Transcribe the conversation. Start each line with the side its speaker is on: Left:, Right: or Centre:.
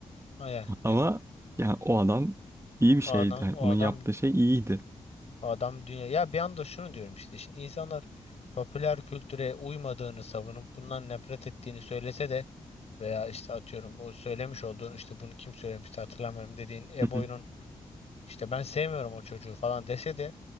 Left: Aya,
Right: Ama yani o adam iyi bir şeydi.
Left: O adam,
Right: Yani
Left: o
Right: onun
Left: adam,
Right: yaptığı şey iyiydi.
Left: o adam dünya. Ya bir anda şunu diyorum işte. Şimdi insanlar popüler kültüre uymadığını savunup bundan nefret ettiğini söylese de veya işte atıyorum o söylemiş olduğun işte bunu kim söylemişti hatırlamıyorum dediğin Eboy'un
Right: Hı hı.
Left: işte ben sevmiyorum o çocuğu falan dese de